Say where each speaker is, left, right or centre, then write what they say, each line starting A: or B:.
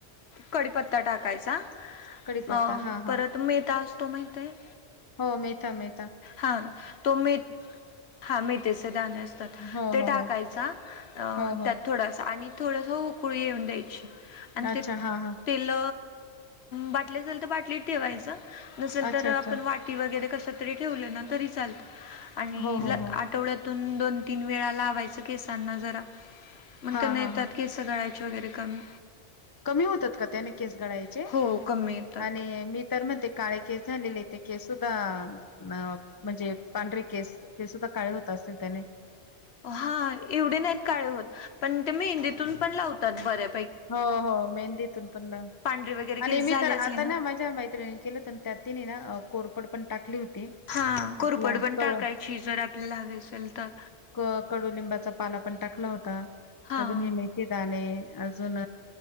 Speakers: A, on the left; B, on the left.
A: कडीपत्ता टाकायचा
B: कडीपत्ता
A: अ
B: हा
A: परत
B: हा
A: मेता असतो माहित आहे.
B: हो मेता मे
A: हा तो म हा मेथीचे दाणे असतात
B: हो
A: ते
B: हो
A: टाकायचा
B: हो हो हो
A: त्यात थोडासा आणि थोडस उकळी येऊन द्यायची आणि
B: अच्छा
A: ते
B: हा हा
A: तेल बाटली असेल तर बाटलीत ठेवायच नसेल
B: अच्छा
A: तर
B: अच्छा
A: आपण वाटी वगैरे कशतरी ठेवलं ना तरी चालत आणि
B: हो हो हो
A: आठवड्यात दोन तीन वेळा लावायच केसांना जराग म
B: हा
A: त्यान
B: हा हा
A: केस गळा वगैरे कमी
B: कमी होतात का त्याने केस घडयचे
A: हो कमी येतात
B: आणि मी तर मग ते काळे केस झालेले ते केस सुद्धा म्हणजे पांढरे केस ते सुद्धा काळे होतात. असल त्याने.
A: हा एवढे नाहीत काळे होत पण ते मी हिंदीतून पण लावतात बरे
B: हो हो मेहंदीतून पण.
A: पांढरे वगैरे केस
B: आणि मी
A: झाले
B: तर आता
A: असले
B: ना माझ्या मैत्रिणी केलं तर त्या तिने ना कोरपड पण टाकली होती
A: हा कोरपड
B: आपला
A: पण
B: कळ
A: टाकायची जर आपल्याला हवी असेल तर.
B: क कडुलिंबाचा पाला पण टाकला होता
A: हा
B: अजून हे मेथीदाणे अजून